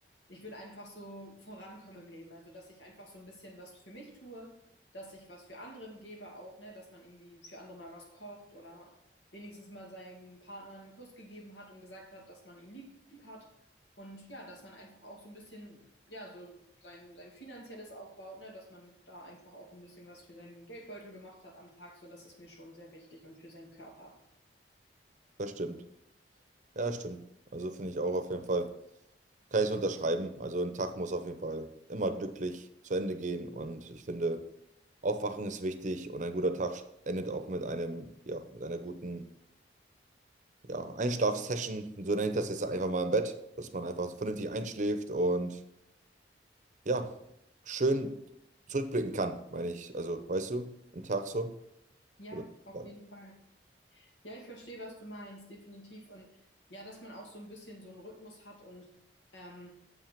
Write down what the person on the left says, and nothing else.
ich will einfach so vorankommen im Leben. Also dass ich einfach so ein bisschen was für mich tue, dass ich was für anderen gebe auch, ne, dass man irgendwie für andere mal was kocht oder wenigstens mal seinem Partner einen Kuss gegeben hat und gesagt hat, dass man ihn lieb hat. Und ja, dass man einfach auch so ein bisschen, ja, so sein, sein finanzielles aufbaut, ne, dass man da einfach auch ein bisschen was für seinen Geldbeutel gemacht hat am Tag, so das ist mir schon sehr wichtig und für seinen Körper.
Ja,
auf
jeden Fall. Ja, ich verstehe, was du meinst, definitiv. Und ja, dass man auch so ein bisschen so einen Rhythmus hat und ähm,